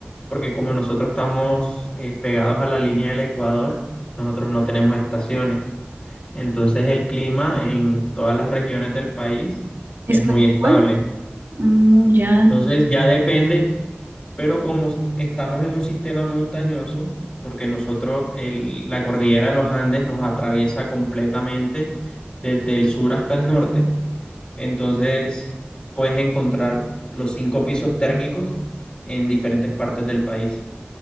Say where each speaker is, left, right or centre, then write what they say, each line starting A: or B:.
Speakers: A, on the left; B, on the right.
A: porque como nosotros estamos eh, pegados a la línea del Ecuador, nosotros no tenemos estaciones. Entonces el clima en todas las regiones del país
B: Es
A: es
B: casi
A: muy estable.
B: igual. Mm, ya.
A: Entonces ya depende, pero como estamos en un sistema montañoso, porque nosotros el- la cordillera de los Andes nos atraviesa completamente desde el sur hasta el norte, entonces puedes encontrar los cinco pisos térmicos en diferentes partes del país.